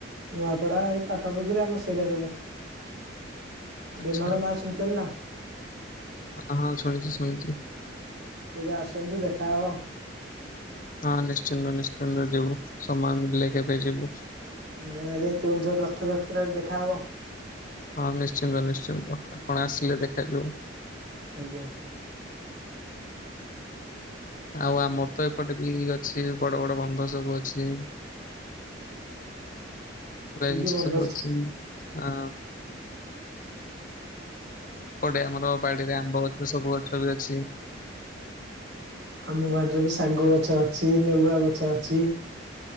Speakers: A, on the right; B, on the left.
A: ନୂଆପଡା ଏଇ ପାଖାପାଖିରେ ଆମ ସେରା ସବୁ।
B: ଆଚ୍ଛା
A: ରେମାଳ ନା ଶୁଣିଛନ୍ତି ନା।
B: ଅ ହଁ ଶୁଣିଛି ଶୁଣିଛି।
A: କେବେ ଆସନ୍ତୁ ଦେଖାହବ।
B: ହଁ ନିଶ୍ଚିନ୍ତ ନିଶ୍ଚିନ୍ତ ଯିବୁ ସମୟ ମିଳିଲେ କେବେ ଯିବୁ।
A: ନହଲେ ଆଜ୍ଞା କେଉଁଝର ରଥଯାତ୍ରାରେ ଦେଖାହବ।
B: ହଁ ନିଶ୍ଚିନ୍ତ ନିଶ୍ଚିନ୍ତ ଆପଣ ଆସିଲେ ଦେଖାଯିବ।
A: ଆଜ୍ଞା।
B: ଆଉ ଆମର ତ ଏପଟେ ବି ଅଛି ବଡ ବଡ ବନ୍ଧ ସବୁ ଅଛି। ପୁରା
A: କି
B: ଏମିତି
A: କି ବନ୍ଧ
B: ସବୁ ଅଛି ଆ ପଡେ ଆମର ବାଡିରେ ଆମ୍ବ ଗଛ ସବୁ ଗଛ ବି ଅଛି।
A: ଆମ ବାଡିରେ ବି ଶାଗ ଗଛ ଅଛି, ନେଉଆ ଗଛ ଅଛି।